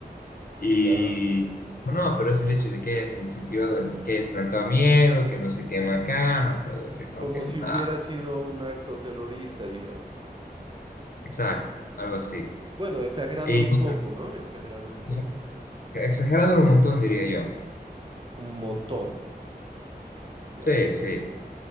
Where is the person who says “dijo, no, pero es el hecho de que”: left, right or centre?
Left